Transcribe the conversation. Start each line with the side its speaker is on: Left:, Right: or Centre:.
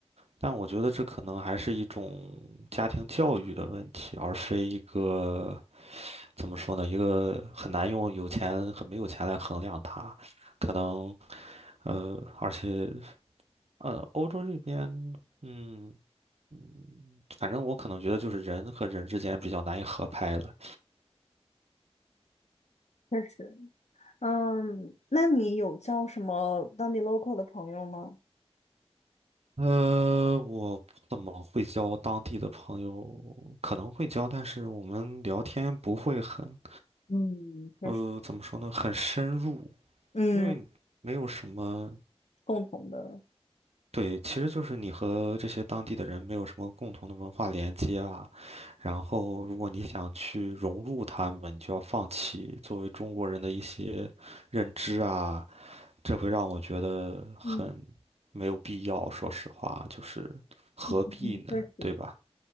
Right: 但我觉得这可能还是一种家庭教育的问题，而非一个怎么说呢，一个很难用有钱和没有钱来衡量它，可能呃，而且呃，欧洲这边，嗯嗯，反正我可能觉得就是人和人之间比较难以合拍了。
Left: 确实，嗯，那你有交什么当地 local 的朋友吗？
Right: 呃，我不怎么会交当地的朋友，可能会交，但是我们聊天不会很，
Left: 嗯，确实。
Right: 呃，怎么说呢，很深入，
Left: 嗯，
Right: 因为没有什么，
Left: 共同的。
Right: 对，其实就是你和这些当地的人没有什么共同的文化连接啊。然后，如果你想去融入他们，你就要放弃作为中国人的一些认知啊，这会让我觉得很
Left: 嗯，
Right: 没有必要，说实话，就是何必呢，
Left: 嗯确实，
Right: 对吧？